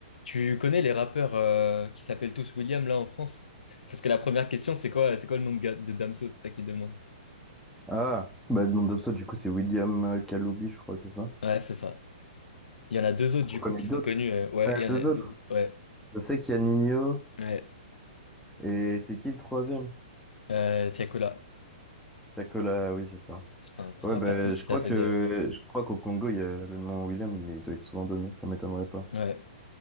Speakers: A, on the left; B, in the centre.
A: Tu connais les rappeurs euh, qui s'appellent tous William là en France? Parce que la première question, c'est quoi, c'est quoi le nom de, ga- de Damso? C'est ça qu'ils demandent.
B: Ah, bah, le nom d'Obso, du coup, c'est William euh, Kaloubi, je crois, c'est ça.
A: Ouais, c'est ça. Il y en a deux autres du
B: On connaît
A: coup qui
B: d'autres.
A: sont connus. euh, ouais,
B: Ouais,
A: il y en
B: deux
A: a deux
B: autres.
A: autres. Ouais,
B: Je sais qu'il y a Nino
A: ouais.
B: et c'est qui le troisième?
A: Euh, Tiakola.
B: Chacola, oui, c'est ça.
A: Putain, trois
B: Ouais, bah,
A: personnes
B: je
A: qui s'appellent.
B: crois que
A: euh,
B: je crois qu'au Congo, il y a le nom William, il est- doit être souvent donné, ça m'étonnerait pas.
A: Ouais.